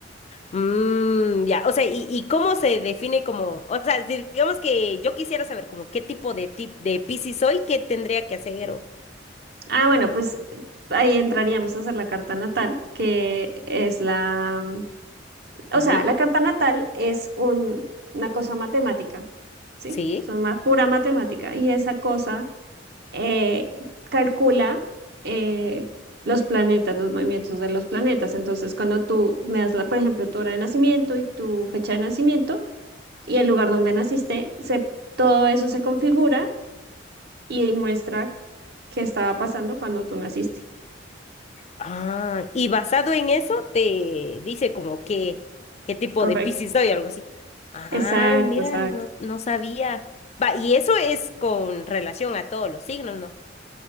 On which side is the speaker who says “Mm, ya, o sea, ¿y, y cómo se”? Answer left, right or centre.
Left